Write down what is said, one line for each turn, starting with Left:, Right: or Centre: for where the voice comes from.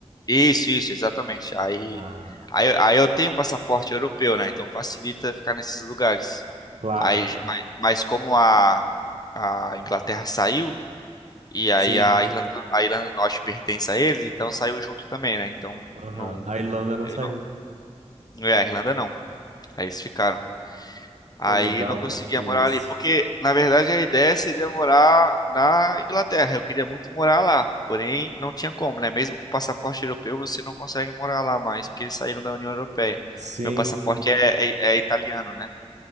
Left: Isso, isso, exatamente. Aí,
Right: Ah,
Left: aí, aí eu tenho passaporte europeu, né? Então facilita ficar nesses lugares.
Right: claro.
Left: Aí, mas, mas como a, a Inglaterra saiu, e aí
Right: Sim.
Left: a Irlanda, a Irlanda do Norte pertence a eles, então saiu junto também, né? Então
Right: Aham.
Left: não,
Right: A
Left: não,
Right: Irlanda não
Left: eu
Right: saiu.
Left: não- não é a Irlanda não. Aí eles ficaram. Aí
Right: Pô, legal,
Left: não conseguia
Right: cara, que massa.
Left: morar ali, porque na verdade a ideia seria morar na Inglaterra. Eu queria muito morar lá, porém não tinha como, né? Mesmo com passaporte europeu, você não consegue morar lá mais, porque eles saíram da União Europeia.
Right: Sim,
Left: Meu passaporte
Right: sim.
Left: é, é- é italiano, né?